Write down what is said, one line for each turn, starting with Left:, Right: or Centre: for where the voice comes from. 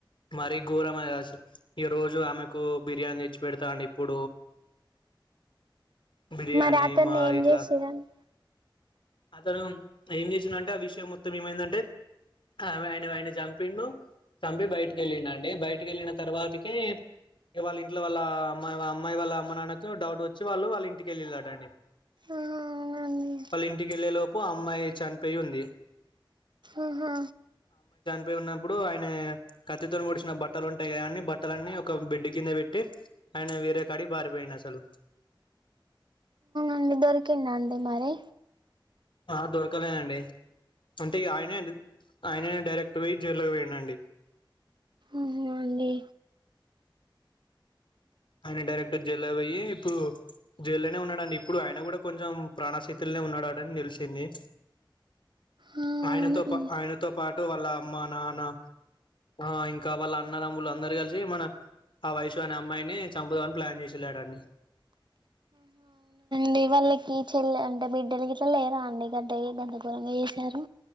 Left: మరీ గోరం అది అసలు ఈ రోజు ఆమెకు బిర్యానీ తెచ్చి పెడతా అండి ఇప్పుడు బిర్యానీ
Right: మరి అతన్ని
Left: మా
Right: ఏం
Left: ఇట్లా
Right: జేసిర్రండి
Left: అతను ఏం చేసిండాన్టే ఆ విషయం మొత్తం ఏమైందంటే వాయనా వాయనా చంపిండు చంపి బయటకి వెళ్ళిడు అండి బయటకి వెళ్ళిన తర్వాతకే వాళ్ళ ఇంట్లో వాళ్ళ అమ్మాయి అమ్మాయి వాళ్ళ అమ్మ నాన్నకు డౌట్ వచ్చి వాళ్ళు వాళ్ళ ఇంటికెళ్ళిలాటండీ
Right: ఆ అవునండి
Left: వాళ్ళ ఇంటి ఇంటికెళ్ళే లోపు ఆ అమ్మాయి చనిపోయి ఉంది
Right: ఆహా
Left: పోయి ఉన్నప్పుడు ఆయన కత్తితోని పోడిసిన బట్టలు ఉంటాయి కాద అండి బట్టలన్నీ ఒక బిడ్ కింద పెట్టి ఆయన వేరే కాడికి పారిపోయిడు అసలు
Right: అండి దొరికిందా అండి మరి
Left: ఆ దొరకలేదండి అంటే ఇగ ఆయనే ఆయనే డైరెక్ట్ పోయ్ జైల్లోకి పోయిండండి
Right: ఆహా అండి
Left: ఆయన డైరెక్ట్ జైల్లో పోయి ఇప్పుడు జైల్లోనే ఉన్నాడుని ఇప్పుడు ఆయన కూడా కొంచెం ప్రాణశితులనే ఉన్నాడాడని తెలిసింది
Right: ఆ
Left: ఆయనతో
Right: అవునండి
Left: పా ఆయనతో పాటు వాళ్ళ అమ్మ నాన్న ఆ ఇంకా వాళ్ళ అన్నదమ్ములు అందరు కలిసి మన ఆ వైషు అనే అమ్మాయిని చంపుదామని ప్లాన్ చేసి జేసిండ్రటాన్డి
Right: డి వాళ్ళకి చెల్ అంటే బిడ్డలకి గిట్లా లేరా అండి గద్ది గద్దగోరంగా చేసారు